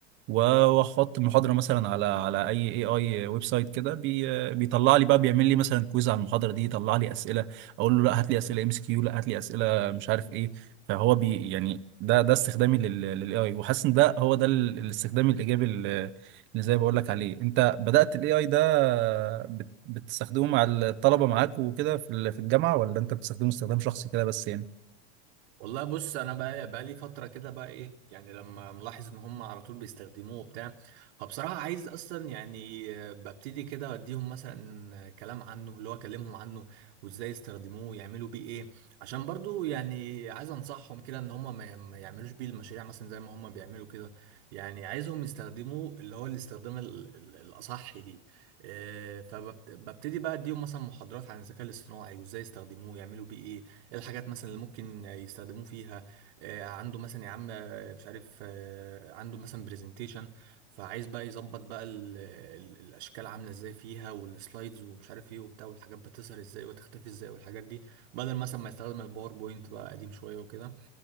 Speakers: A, on the right; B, on the right.
A: و- واحط المحاضره مثلا على على اي اي اي ويب سايت كده بي بيطلع لي بقى بيعمل لي مثلا كويز على المحاضره دي يطلع لي اسئله اقول له لا هات لي اسئله ام اس كيو لا هات لي اسئله مش عارف ايه فهو بي يعني ده ده استخدامي للاي اي وحاسس ان ده هو ده ال- الاستخدام الايجابي اللي اللي زي ما بقول لك عليه انت بدأت الاي اي ده بت- بتستخدمه مع الطلبه معاك وكده في ال- في الجامعه ولا انت بتستخدمه استخدام شخصي كده بس يعني
B: والله بص انا بقى بقى لي فتره كده بقى ايه يعني لما ملاحظ ان هم على طول بيستخدموه وبتاع فبصراحه عايز اصلا يعني آه، ببتدي كده اديهم مثلا آه، كلام عنه اللي هو اكلمهم عنه وازاي يستخدموه يعملوا بيه ايه عشان برضو يعني عايز انصحهم كده ان هم ما ما يعملوش بيه المشاريع مثلا زي ما هم بيعملوا كده يعني عايزهم يستخدموه اللي هو الاستخدام ال- ال- الاصح ليه آه، فببتدي بقى اديهم مثلا محاضرات عن الذكاء الاصطناعي وازاي يستخدموه يعملوا بيه ايه ايه الحاجات مثلا اللي ممكن يستخدموه فيها آه، عنده مثلا يا عم آه، مش عارف آه، عنده مثلا برزنتيشن فعايز بقى يظبط بقى ال ال الاشكال عامله ازاي فيها والسلايدز ومش عارف ايه وبتاع والحاجات بتظهر ازاي وتختفي ازاي والحاجات دي بدل مثلا ما يستخدم الباوربوينت بقى قديم شويه وكده